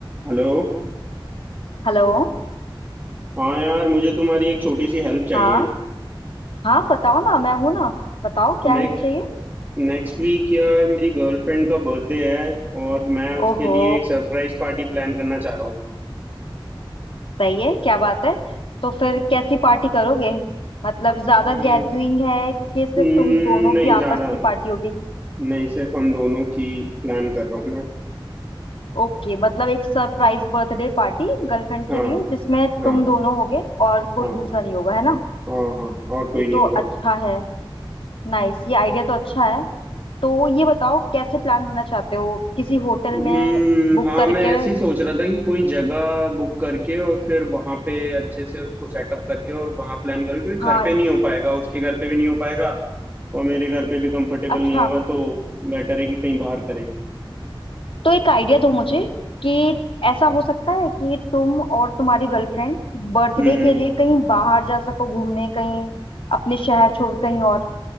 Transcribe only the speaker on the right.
Hello
हाँ यार मुझे तुम्हारी एक छोटी सी हेल्प चाहिए
नेक,
नेक्स्ट वीक यार मेरी गर्लफ्रेंड का बर्थडे है और मैं उसके
लिए एक सरप्राइज पार्टी प्लान करना चाह रहा हूँ
हाँ
हम्म,
नहीं ज़्यादा
नहीं सिर्फ हम दोनों की प्लान कर रहा हूँ मैं
हाँ
हाँ
हाँ
और हाँ और कोई
नहीं
होगा
हम्म
हाँ
मैं ऐसे ही सोच रहा था कि कोई जगह बुक करके और फिर वहां पे अच्छे से उसको सेटअप करके और वहां प्लान करो क्योंकि
घर पे नहीं हो पाएगा उसके घर पे भी नहीं हो पाएगा और मेरे घर पे भी कंफर्टेबल
नहीं होगा तो बेटर है कि कहीं बाहर करें
हम्म